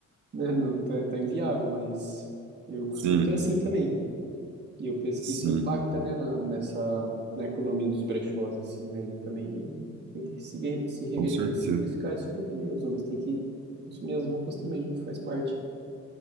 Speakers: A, on the right (about 35°); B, on the right (about 75°).
A: né, não tá, tá inviável, mas eu costumo
B: Sim,
A: ser assim também. E eu penso
B: sim.
A: que isso impacta, né, na, nessa, na economia dos brechós, assim, né, e também tem que ressig- se re-
B: Com certeza.
A: ressignificar isso aí também, os homens têm que consumir as roupas também, faz parte.